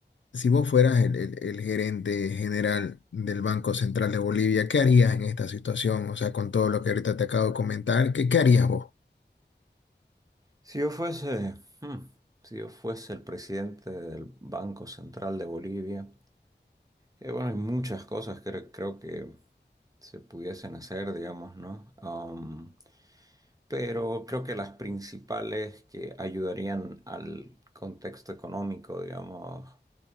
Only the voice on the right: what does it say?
Si yo fuese, hmm, si yo fuese el presidente del Banco Central de Bolivia, eh, bueno, hay muchas cosas que cre- creo que se pudiesen hacer, digamos, ¿no? Um, pero creo que las principales que ayudarían al contexto económico, digamos,